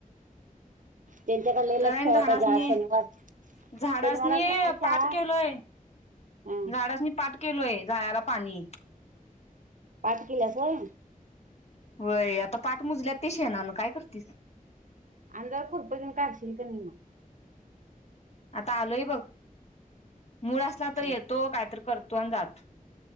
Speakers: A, on the right; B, on the left.
A: त्यांच्याकडे लय
B: तर
A: लक्ष ठेवाय
B: झाडासनी
A: पाहिजे आज शनिवार
B: झाडासनीई
A: शनिवार सकाळी शाळा
B: पाठ केलोय
A: अ
B: झाडासनी पाठ केलोय जायाला पाणी
A: पाट किल्यास होय
B: व्हय आता पाठ मुजल्यात कि शेणानं काय करतीस
A: अन् जरा खुरप घेऊन काढशील की न्हाय मग
B: आता आलोय बघ मुळ असला तर येतो
A: हा
B: कायतर करतो आणि जातो